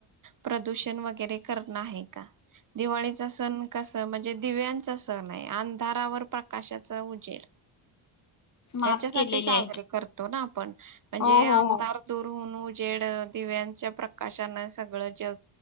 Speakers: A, on the right; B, on the left.
A: प्रदूषण वगैरे करण आहे का. दिवाळीचा सण कसा. म्हणजे दिव्यांचा सण आहे अंधारावर प्रकाशाचा उजेड.
B: मात
A: त्याच्यासाठी
B: केलेली
A: साजरीे
B: आहे.
A: करतो ना आपण म्हणजे
B: हो
A: अंधार
B: हो हो
A: दूर होऊन. जेड दिव्यांच्या प्रकाशन सगळं जग